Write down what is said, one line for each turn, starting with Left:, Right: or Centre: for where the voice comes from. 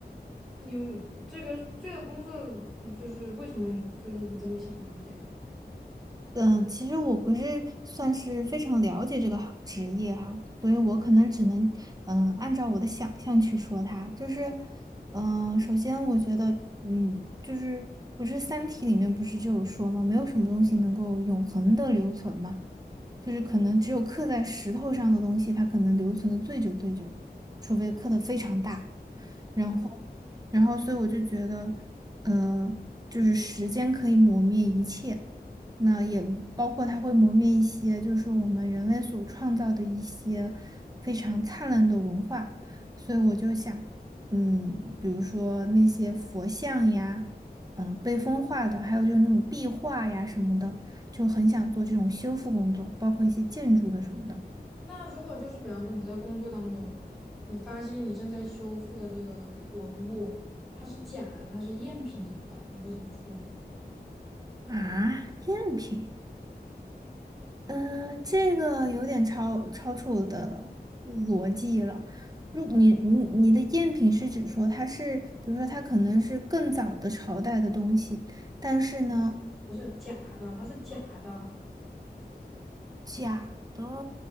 Centre: 你这个这个工作，嗯就是为什么你就是你这么想当这个呢？
Right: 嗯，其实我不是算是非常了解这个行职业哈，所以我可能只能嗯、呃按照我的想象去说它。就是嗯、呃首先我觉得嗯，就是不是《三体》里面不是就有说嘛，没有什么东西能够永恒的留存嘛。就是可能只有刻在石头上的东西，它可能留存的最久最久，除非刻的非常大。然后，
Centre: 嗯，
Right: 然后，所以我就觉得，嗯，就是时间可以磨灭一切，那也包括它会磨灭一些，就是我们人类所创造的一些非常灿烂的文化。所以我就想，嗯，比如说那些佛像呀，嗯、被风化的，还有就是那种壁画呀什么的。就很想做这种修复工作，包括一些建筑的什么的
Centre: 那如果就是比方说你在工作当中，你发现你正在修复的这个文物它是假的，它是赝品怎么办？你会怎么处理呢？
Right: 啊，赝品，嗯，这个有点超超出我的逻辑了。如你你你的赝品是指说它是，比如说它可能是更早的朝代的东西，但是呢，
Centre: 不是假的，它是假的。
Right: 假的，